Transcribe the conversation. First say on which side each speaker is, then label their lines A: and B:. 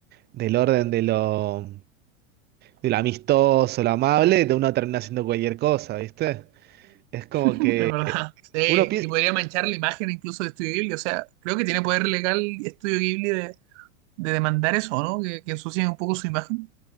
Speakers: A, on the right; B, on the right.
A: del orden de lo, de lo amistoso, lo amable, de uno termina haciendo cualquier cosa, ¿viste? Es como
B: Es
A: que
B: verdad. <laughs> Sí.
A: uno piensa.
B: Y podría manchar la imagen incluso de Estudio Ghibli. O sea, creo que tiene poder legal Estudio Ghibli de, de demandar eso, ¿no? Que, que ensucien un poco su imagen.